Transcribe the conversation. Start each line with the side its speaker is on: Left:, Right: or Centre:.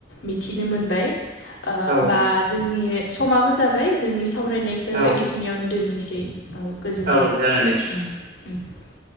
Left: मिथिनो मोनबाय आ
Right: औ
Left: ओमबा जोंनि समाबो जाबाय जोंनि सावरायनायखो
Right: औ
Left: इखिनियावनो दोननोसै <inaudible>
Right: औ जागोन दे